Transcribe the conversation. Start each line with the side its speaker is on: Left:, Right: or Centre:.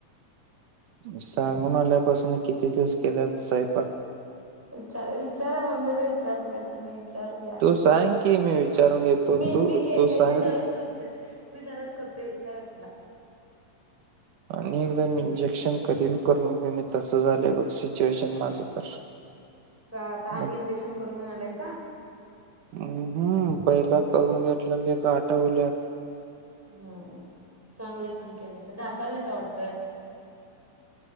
Right: सांगून आल्यापासून किती दिवस केलेत साहेब?
Centre: विचार विचारा मम्मीला विचारून घ्या तुम्ही विचारून घ्या.
Right: तू सांग की मी विचारून घेतो
Centre: मी
Right: तू
Centre: मी केले
Right: तू सांगितलं
Centre: मी दररोच करते मी दररोजच करते विचारा तिला.
Right: आणि एकदम इंजेक्शन कधी बी करून दे. तसं झालंय बघ सिच्युएशन माझं तर.
Centre: का आ आणि
Right: मग
Centre: इंजेक्शन करून घऊन आलायसा?
Right: हम हम्म पहिला करून घेतलेले गाठवल्यात
Centre: ह चांगलं काम केलंयास ासाला नाहीच आवडतं.